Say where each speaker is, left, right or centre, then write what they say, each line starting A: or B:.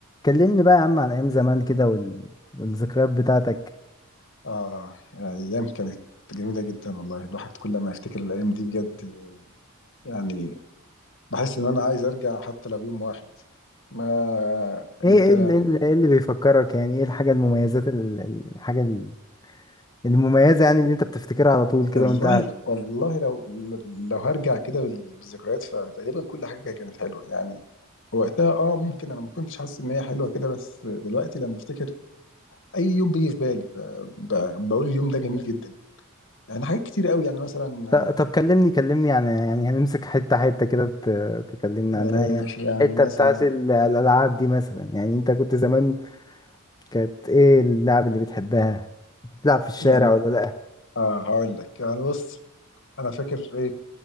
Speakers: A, on the left (about 20°); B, on the left (about 60°).
A: كلمني بقى يا عم عن ايام زمان كده وال... والذكريات بتاعتك
B: آه يعني أيام كانت جميلة جدا والله الواحد كل ما يفتكر الأيام دي بجد يعني بحس إن أنا عايز أرجع حتى لو يوم واحد ما
A: ايه
B: أنت
A: ايه اللي, إيه اللي بيفكرك يعني ايه الحاجة المميزات ال- ال- الحاجة ال- المميزة يعني اللي انت بتفتكرها على طول كده
B: والله
A: وانت قاعد
B: والله لو لو هرجع كده بال- بالذكريات فتقريبا كل حاجة كانت حلوة يعني وقتها اه ممكن انا ما كنتش حاسس ان هي حلوه كده بس دلوقتي لما افتكر اي يوم بيجي في بالي ب- ب- بقول اليوم ده جميل جدا يعني حاجات كتير قوي يعني مثلا
A: ط- طب كلمني كلمني عن يعني يعني هنمسك حتة حتة كده ت... تكلمنا
B: آه،
A: عنها يعني
B: يعني
A: الحتة
B: مثلا
A: بتاعت ال- الألعاب دي مثلا يعني انت كنت زمان كانت ايه اللعب اللي بتحبها بتلعب في الشارع
B: يعني
A: ولا لأ
B: اه هقول لك يعني بص انا فاكر ايه